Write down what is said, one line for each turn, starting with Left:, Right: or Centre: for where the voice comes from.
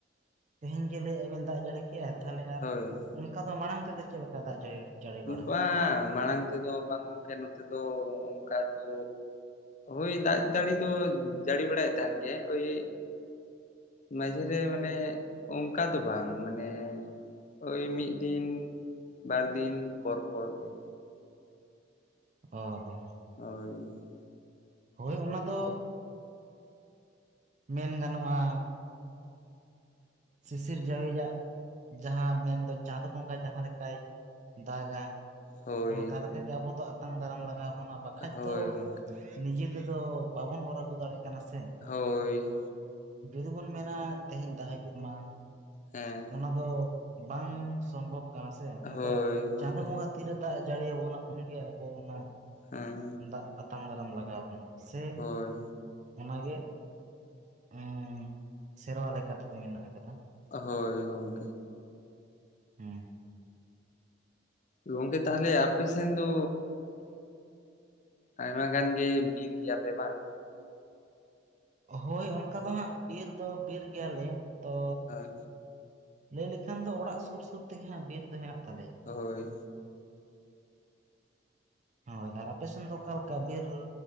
Right: ᱛᱮᱦᱮᱧ ᱜᱮ ᱞᱟᱹᱭᱮᱫ-ᱟ ᱵᱤᱱ ᱫᱟᱜ ᱡᱟᱹᱲᱤ ᱠᱮᱜ-ᱟ ᱛᱟᱦᱚᱞᱮ ᱟᱨ
Left: ᱦᱳᱭ
Right: ᱚᱱᱠᱟ ᱫᱚ ᱢᱟᱲᱟᱝ ᱛᱮᱫᱚ ᱪᱮᱫ ᱞᱮᱠᱟ ᱫᱟᱜ ᱡᱟᱹᱲᱤ? ᱵᱟᱲᱟ
Left: ᱵᱟᱝ ᱢᱟᱲᱟᱝ ᱛᱮᱫᱚ ᱵᱟᱝ ᱜᱚᱢᱠᱮ ᱱᱚᱛᱮ ᱫᱚ ᱚᱱᱠᱟ ᱫᱚ ᱳᱭ ᱫᱟᱜ ᱡᱟᱲᱤ ᱫᱚ ᱡᱟᱹᱲᱤ ᱵᱟᱲᱟᱭᱮᱫ ᱛᱟᱦᱮᱱ ᱜᱮ ᱳᱭ ᱢᱟᱡᱷᱮ ᱨᱮ ᱢᱟᱱᱮ ᱚᱱᱠᱟ ᱫᱚ ᱵᱟᱝ ᱢᱟᱱᱮ ᱳᱭ ᱢᱤᱫ ᱫᱤᱱ ᱵᱟᱨ ᱫᱤᱱ ᱯᱚᱨ ᱯᱚᱨ ᱜᱮ
Right: ᱚ ᱦᱚ
Left: ᱦᱳᱭ
Right: ᱦᱳᱭ ᱚᱱᱟ ᱫᱚ ᱢᱮᱱ ᱜᱟᱱᱚᱜ-ᱟ ᱥᱤᱥᱤᱨ ᱡᱟᱹᱲᱤᱡᱟᱜ ᱡᱟᱦᱟᱸ ᱢᱮᱱ-ᱫᱚ ᱪᱟᱸᱫ ᱵᱚᱸᱜᱟ ᱡᱟᱦᱟᱸ ᱞᱮᱠᱟᱭ ᱫᱟᱜᱟ᱾
Left: ᱦᱳᱭ
Right: ᱚᱱᱠᱟ ᱞᱮᱠᱟᱜᱮ ᱟᱵᱚ ᱫᱚ ᱟᱛᱟᱝ ᱫᱟᱨᱟᱢ ᱞᱟᱜᱟᱣ ᱵᱚᱱᱟ ᱵᱟᱠᱷᱟᱡ
Left: ᱦᱳᱭ
Right: ᱫᱚ
Left: ᱜᱚᱝᱠᱮ
Right: ᱱᱤᱡᱮ ᱛᱮᱫᱚ ᱵᱟᱵᱚᱱ ᱚᱨ ᱟᱹᱜᱩ ᱫᱟᱲᱭᱟᱜ ᱠᱟᱱᱟ ᱥᱮ᱾
Left: ᱦᱳᱭ
Right: ᱡᱩᱫᱤ ᱵᱚᱱ ᱢᱮᱱᱟ ᱛᱮᱦᱮᱧ ᱫᱟᱜ ᱦᱤᱡᱩᱜ ᱢᱟ
Left: ᱦᱮᱸ
Right: ᱚᱱᱟ ᱫᱚ ᱵᱟᱝ ᱥᱚᱢᱵᱷᱚᱵ ᱠᱟᱱᱟ ᱥᱮ ᱚᱱᱟ
Left: ᱦᱳᱭ
Right: ᱫᱚ
Left: ᱜᱚᱝᱠᱮ
Right: ᱪᱟᱸᱫᱚ ᱵᱚᱸᱜᱟ ᱛᱤ ᱨᱮ ᱫᱟᱜ ᱡᱟᱹᱲᱤᱤᱭᱟᱵᱚᱱᱟ ᱩᱱᱜᱮ ᱟᱵᱚ ᱚᱱᱟ
Left: ᱦᱮᱸ
Right: ᱫᱟᱜ ᱟᱛᱟᱝ ᱫᱟᱨᱟᱢ ᱞᱟᱜᱟᱣ ᱟ ᱵᱚᱱᱟ᱾ ᱥᱮ
Left: ᱦᱳᱭ
Right: ᱚᱱᱟ ᱜᱮ ᱩᱸ ᱥᱮᱨᱣᱟ ᱞᱮᱠᱟ᱾ ᱪᱮ ᱫᱚ ᱢᱮᱱᱟᱜ ᱟᱠᱟᱫᱟ?
Left: ᱦᱳᱭ ᱜᱚᱝᱠᱮ
Right: ᱦᱮᱸ
Left: ᱜᱚᱝᱠᱮ ᱛᱟᱦᱚᱞᱮ ᱟᱯᱮ ᱥᱮᱱ ᱫᱚ ᱟᱭᱢᱟ ᱜᱟᱱ ᱜᱮ ᱵᱤᱨ ᱜᱮᱭᱟ ᱯᱮ ᱵᱟᱝ?
Right: ᱦᱳᱭ ᱚᱱᱠᱟ ᱫᱚ ᱦᱟᱸᱜ ᱵᱤᱨ ᱫᱚ ᱵᱤᱨ ᱜᱮᱭᱟ ᱞᱮ ᱛᱚ
Left: ᱦᱳᱭ
Right: ᱞᱟᱹᱭ ᱞᱮᱠᱷᱟᱱ ᱫᱚ ᱚᱲᱟᱜ ᱥᱩᱨ ᱥᱩᱨ ᱛᱮᱜᱮ ᱦᱟᱸᱜ ᱵᱤᱨ ᱫᱚ ᱦᱮᱱᱟᱜ ᱛᱟᱞᱮᱭᱟ᱾
Left: ᱦᱳᱭ
Right: ᱦᱳᱭ ᱟᱨ ᱟᱯᱮᱥᱱ ᱫᱚ ᱚᱠᱟ ᱞᱮᱠᱟ ᱵᱤᱨ